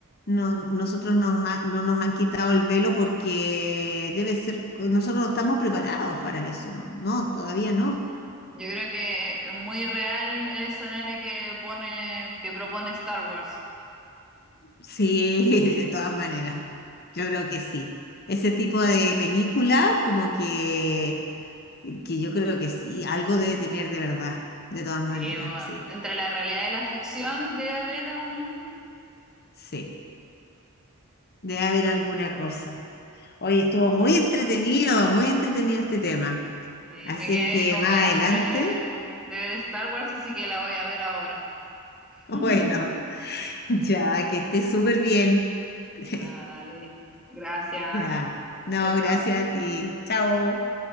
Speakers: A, on the left; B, in the centre.
A: no- nosotros nos ha- no nos han quitado el velo porque debe ser, nosotros no estamos preparados para eso, ¿no? No, todavía no.
B: Yo creo que es muy real el escenario que pone, que propone Star Wars.
A: Sí, <laughs> de todas maneras, yo creo que sí. Ese tipo de película, como que, que yo creo que sí, algo debe tener de verdad, de todas
B: Sí,
A: maneras,
B: bueno,
A: sí,
B: entre la realidad y la ficción debe haber aún...
A: sí. Debe haber alguna cosa. Hoy estuvo
B: Oh,
A: muy entretenido, muy entretenido este tema.
B: sí,
A: Así
B: me quedé
A: es que
B: con
A: más
B: ganas
A: adelante,
B: de ver, de ver Star Wars, así que la voy a ver ahora.
A: <laughs> bueno,
B: <laughs>
A: ya que estés súper bien. <laughs>
B: Ya, dale. Gracias.
A: Ya. No,
B: Chao, chao.
A: gracias a ti. Chao.